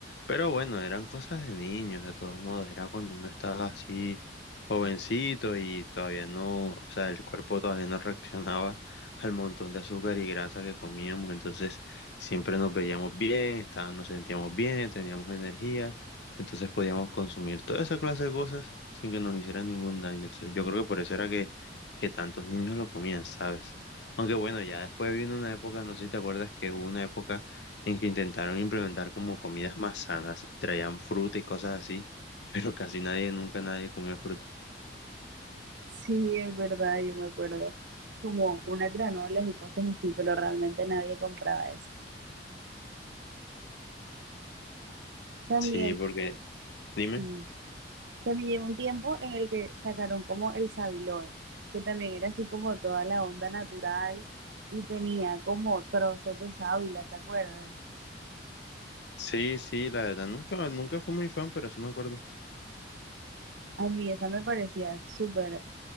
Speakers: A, on the left; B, on the right.
A: Pero bueno, eran cosas de niños, de todos modos, era cuando uno estaba así jovencito y todavía no, o sea, el cuerpo todavía no reaccionaba al montón de azúcar y grasa que comíamos, entonces siempre nos veíamos bien, estábamos, nos sentíamos bien, teníamos energía, entonces podíamos consumir toda esa clase de cosas sin que nos hicieran ningún daño. Entonces yo creo que por eso era que, que tantos niños lo comían, ¿sabes? Aunque bueno, ya después vino una época, no sé si te acuerdas que hubo una época en que intentaron implementar como comidas más sanas, traían fruta y cosas así, <laughs> pero casi nadie, nunca nadie comió fruta.
B: Sí, es verdad, yo me acuerdo. Como unas granolas y cosas así, pero realmente nadie compraba eso. También,
A: Sí, porque, dime,
B: mm, También llegó un tiempo en el que sacaron como el Sabiloe, que también era así como toda la onda natural y tenía como trozos de sábila, ¿te acuerdas?
A: sí, sí, la verdad, nunca, nunca fui muy fan, pero sí me acuerdo.
B: A mí esa me parecía súper